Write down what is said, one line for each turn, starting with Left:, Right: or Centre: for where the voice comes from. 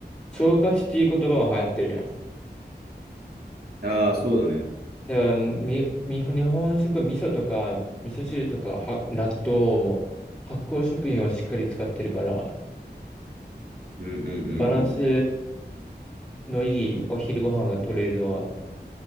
Left: 腸活っていう言葉も流行ってるやん。だか
Right: ああ、そうだね。
Left: らみ、み、日本食、味噌とか、味噌汁とか、は、納豆も、発酵食品をしっかり使ってるから、
Right: うんうんうんうん。
Left: バランスのいいお昼ご飯が取れるのは、